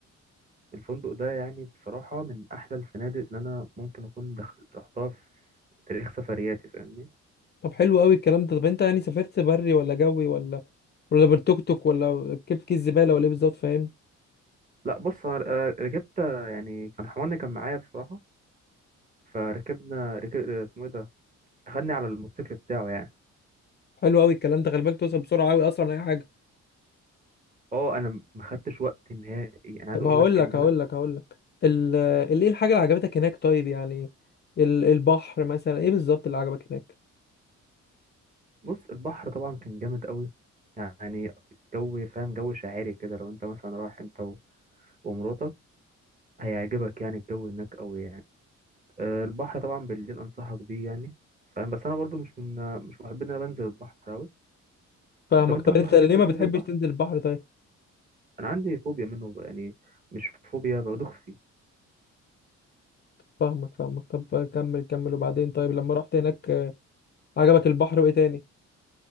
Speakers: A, on the right; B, on the left.
A: الفندق ده يعني بصراحة من أحلى الفنادق اللي أنا ممكن أكون دخل رحتها في تاريخ سفرياتي فاهمني
B: طب حلو قوي الكلام ده طب انت يعني سافرت بري ولا جوي ولا ولا بالتوك توك ولا كيف كيس زباله ولا ايه بالظبط فاهم
A: لا بص أنا آه، ركبت آه، يعني كان حماني كان معايا بصراحة فركبنا ركب آه، اسمه إيه ده أخدني على الموتوسيكل بتاعه يعني
B: حلو قوي الكلام ده خلي بالك توصل بسرعه قوي اسرع من اي حاجه
A: أه أنا ما خدتش وقت نهائي أنا عايز
B: طب
A: أقول
B: هقول
A: لك إن
B: لك هقول
A: أنا
B: لك هقول لك ال ال- ايه الحاجة اللي عجبتك هناك طيب يعني ال- البحر مثلا ايه بالظبط اللي عجبك هناك
A: بص البحر طبعا كان جامد قوي يعني جو فاهم جو شاعري كده لو أنت مثلا رايح أنت و- ومراتك هيعجبك يعني الجو هناك قوي يعني آه، البحر طبعا بالليل انصحك بيه يعني فاهم بس انا برضو مش من مش محب ان انا بنزل البحر قوي
B: فاهمك
A: طب انت
B: طب
A: من
B: انت
A: محبين
B: ليه
A: انت
B: ما
A: بتنزل
B: بتحبش
A: البحر
B: تنزل البحر طيب
A: انا عندي فوبيا منه يعني مش فوبيا بدوخ فيه
B: فاهمك فاهمك طب كمل كمل وبعدين طيب لما رحت هناك آه، عجبك البحر وايه تاني